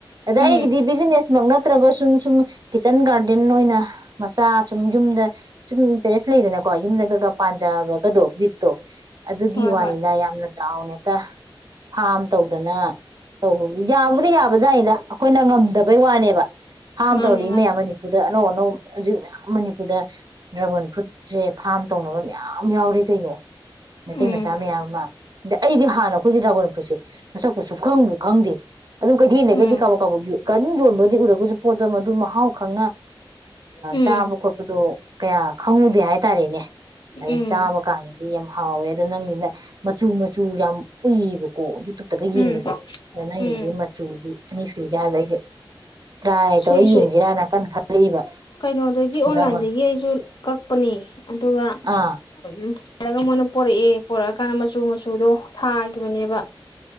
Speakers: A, on the right; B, on the left.
A: ꯑꯗ
B: ꯎꯝ
A: ꯑꯩꯒꯤꯗꯤ ꯕꯤꯖꯤꯅꯦꯁꯃꯛ ꯅ ꯅꯠꯇ꯭ꯔꯒ ꯁꯨꯝ ꯁꯨꯝ ꯀꯤꯠꯆꯟ ꯒꯥꯔꯗꯦꯟ ꯑꯣꯏꯅ ꯃꯆꯥ ꯁꯨꯝ ꯌꯨꯝꯗ ꯁꯨꯝ ꯇꯦꯔꯦꯁ ꯂꯩꯗꯅꯀꯣ ꯌꯨꯝꯗꯒ ꯄꯥꯟꯖꯕꯒꯗꯣ ꯕꯤꯠꯇꯣ ꯑꯗꯨꯒꯤ
B: ꯍꯣꯏ
A: ꯋꯥꯅꯤꯗ
B: ꯍꯣꯏ
A: ꯌꯥꯝꯅ ꯆꯥꯎꯅꯦꯇ ꯐꯥꯝ ꯇꯧꯗꯅ ꯇꯧꯕꯕꯨꯗꯤ ꯌꯥꯕꯨꯗꯤ ꯌꯥꯕꯖꯏꯗ ꯑꯩꯈꯣꯏꯅ ꯉꯝꯗꯕꯩ ꯋꯥꯅꯦꯕ ꯐꯥꯝ
B: ꯃꯥꯅꯦ
A: ꯇꯧꯔꯏ
B: ꯃꯥꯅꯦ
A: ꯃꯌꯥꯝ ꯃꯅꯤꯄꯨꯔꯗ ꯑꯅꯧ ꯑꯅꯧ ꯍꯧꯖꯤꯛ ꯃꯌꯥꯝ ꯃꯅꯤꯄꯨꯔꯗ ꯗ꯭ꯔꯥꯒꯟ ꯐ꯭ꯔꯨꯠꯁꯦ ꯐꯥꯔꯝ ꯇꯧꯅꯕ ꯌꯥꯝ ꯌꯥꯎꯔꯦ ꯀꯩꯅꯣ ꯃꯩꯇꯩ
B: ꯎꯝ
A: ꯃꯆꯥ ꯃꯌꯥꯝ ꯑꯃ ꯑꯗ ꯑꯩꯗꯤ ꯍꯥꯟꯅ ꯑꯩꯈꯣꯏꯗꯤ ꯔꯥꯒꯜ ꯁꯦ ꯃꯁꯛꯄꯨ ꯁꯨꯞꯈꯪꯕꯨ ꯈꯪꯗꯦ ꯑꯗꯨꯝ ꯀꯩꯊꯦꯜꯗꯒꯗꯤ
B: ꯎꯝ
A: ꯀꯥꯕꯨ ꯀꯕꯨ ꯑꯗꯨꯝ ꯌꯣꯟꯕꯗꯤ ꯎꯔ ꯄꯣ ꯃ ꯃꯍꯥꯎ ꯈꯪꯅ
B: ꯎꯝ
A: ꯆꯥꯕ ꯈꯣꯠꯄꯗꯣ ꯀꯌꯥ ꯈꯪꯉꯨꯗꯦ ꯍꯥꯏꯇꯥꯔꯦꯅꯦ
B: ꯎꯝ
A: ꯑ ꯆꯥꯕꯀꯥꯟꯗ ꯍꯥꯎꯋꯦ ꯑꯗꯨꯣ ꯅꯪꯒꯤꯅ ꯃꯆꯨ ꯃꯆꯨ ꯌꯥꯝ ꯎꯏꯌꯦꯕꯀꯣ ꯌꯨꯇꯨꯨꯞꯇꯒ ꯌꯦꯡꯕꯗꯤ
B: ꯎꯝ
A: ꯑꯗꯨꯗ ꯅꯪꯒꯤꯗꯤ
B: ꯎꯝ
A: ꯃꯆꯨꯗꯤ ꯑꯅꯤ ꯁꯨꯏ ꯀꯗ ꯑꯩꯁꯦ ꯇ꯭ꯔꯥꯏ ꯇꯧꯔ
B: ꯁꯨꯏ
A: ꯌꯦꯡꯁꯤꯔꯅ
B: ꯁꯨꯏ
A: ꯀꯟꯅ ꯈꯜꯂꯛꯏꯕ
B: ꯀꯩꯅꯣꯗꯒꯤ ꯑꯣꯟꯂꯥꯏꯟꯗꯒꯤ
A: ꯗ꯭ꯔꯥꯒꯣꯟ
B: ꯑꯩꯁꯨ ꯀꯛꯄꯅꯦ ꯑꯗꯨꯒ
A: ꯑꯥ
B: ꯎ ꯍꯥꯏꯔꯒ ꯃꯣꯏꯅ ꯄꯣꯔꯛꯑꯦ ꯄꯣꯔꯛꯑ ꯀꯥꯟꯗ ꯃꯆꯨ ꯃꯆꯨ ꯁꯨꯗꯣ ꯊꯥꯈꯤꯕꯅꯦꯕ